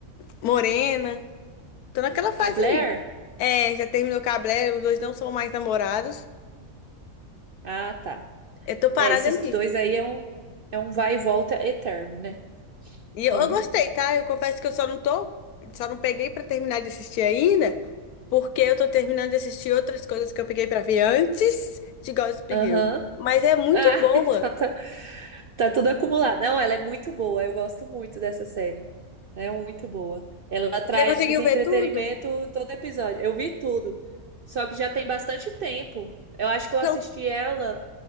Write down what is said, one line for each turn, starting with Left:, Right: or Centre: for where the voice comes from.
Left: morena. Tô naquela fase
Right: A Blair?
Left: ali. É, já terminou com a Blair, os dois não são mais namorados.
Right: Ah, tá.
Left: Eu tô parada
Right: É, esses
Left: ali.
Right: dois aí é um, é um vai e volta eterno, né?
Left: E
Right: Então,
Left: eu, eu gostei, tá? Eu confesso que eu só não tô, só não peguei pra terminar de assistir ainda, porque eu tô terminando de assistir outras coisas que eu peguei pra ver antes de Gossip
Right: aham.
Left: Girl. Mas é muito
Right: Ah,
Left: boa.
Right: <laughs> então tá, tá tudo acumulado. Não, ela é muito boa, eu gosto muito dessa série. É muito boa. Ela traz
Left: Você conseguiu
Right: entretenimento
Left: ver tudo?
Right: todo episódio. Eu vi tudo. Só que já tem bastante tempo. Eu acho que eu
Left: São,
Right: assisti ela